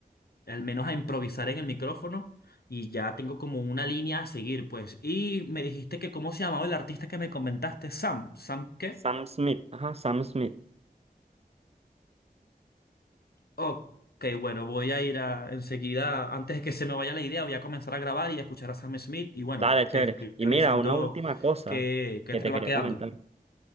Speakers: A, on the left; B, on the right.
A: al menos a improvisar en el micrófono, y ya tengo como una línea a seguir, pues. Y me dijiste que cómo se llamaba el artista que me comentaste, Sam. ¿Sam qué?
B: Sam Smith. Ajá, Sam Smith.
A: Ok, bueno, voy a ir a, enseguida, antes de que se me vaya la idea, voy a comenzar a grabar y a escuchar a Sam Smith, y bueno,
B: Dale, chévere.
A: te estoy
B: Y
A: avisando
B: mira, una última cosa
A: qué, qué
B: que
A: tal
B: te quería
A: va quedando.
B: comentar.